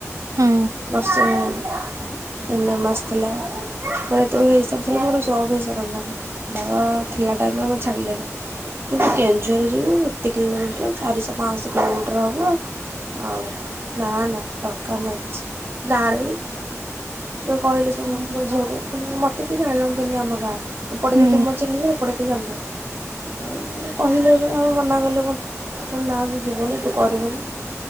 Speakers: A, on the right; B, on the right.
A: ହୁଁ
B: ନୋସିଂ <unintelligible> ତିନି ମାସ ଥିଲା ମୋର ଏତେବେଳକୁ ହେଇସାରିଥିଲେ ମୋର ଯବ ହେଇସାରନ୍ତାଣି। ବାବା ମାମ ଥିଲା ଟାଇମରେ ମତେ ଛାଡିଲେନି। କେଉଁଝର ଯିବୁ ଏତେ କିଲୋମିଟର ଚାରିଶହ ପାଶହ କିଲୋମିଟର ହବ। ଆଉ ନା ନା ଦରକାର ନାଇଁ କିଛି ଗାଁରେ ତ କହିଲେ ସମସ୍ତଙ୍କୁ
A: ହୁଁ
B: ଭଉଣୀ ମୁ ମତେ କେଇ ଜାଣିନ୍ତିନି ଆମ ଗାଁ ଏପଟେ
A: ହୁଁ
B: ଯଦି ମୋ ଚିହ୍ନବା ଏପଟେ କେହି ଜାଣି ନାହାନ୍ତି କହିଲେ ଯେତେବେଳେ ଆମେ ମନା କଲୁ ବତ ନା ତୁ ଜୀବୁନି ତୁ କରିବୁନି